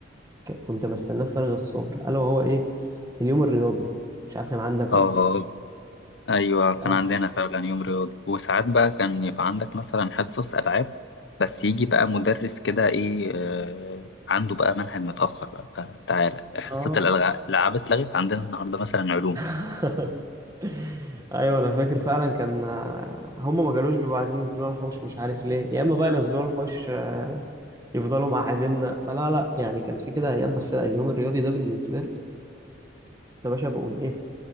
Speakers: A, on the right; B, on the left.
A: ك- كنت بستناه بفارغ الصبر الا وهو ايه اليوم الرياضي مش عارف كان عندك
B: اه
A: ولا
B: ايوه كان
A: اه
B: عندنا فعلا يوم رياضي وساعات بقى كان يبقى عندك مثلا حصص العاب بس يجي بقى مدرس كده ايه آه عنده بقى منهج متاخر بقى فتعالى حصه
A: اه
B: الألع- الالعاب اتلغت عندنا النهارده مثلا علوم
A: <laughs> ايوه انا فاكر فعلا كان آه، هم ما كانوش بيبقوا عايزين ينزلونا الحوش مش عارف ليه يا اما بقى ينزلونا الحوش آه، يفضلوا مقعديننا فلا لا يعني كان في كده ايام بس لا اليوم الرياضي ده بالنسبه لي يا باشا بقوم ايه